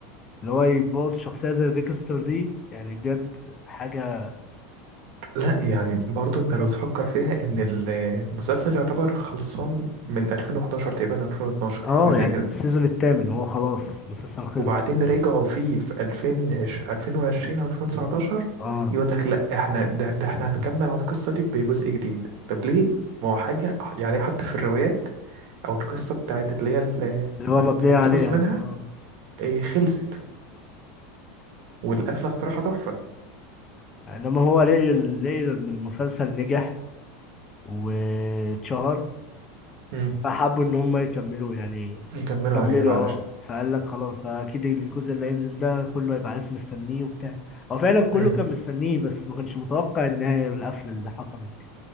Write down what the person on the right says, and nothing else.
لا يعني برضو أنت لو تفكر فيها إن المسلسل يعتبر خلصان من 2011 تقريبا أو 2012
حاجة زي
كده
وبعدين رجعوا فيه في 2020 أو 2019
يقول لك لا إحنا ده, ده إحنا هنكمل على القصة دي بجزء جديد طب ليه؟ ما هو حاجة يعني حتى في الروايات أو القصة بتاعت اللي هي ال-
مت-
مقتبسة
منها
إيه، خلصت والقفلة
الصراحة تحفة
مم.
يكملوا
عليها بقى
علشان
اه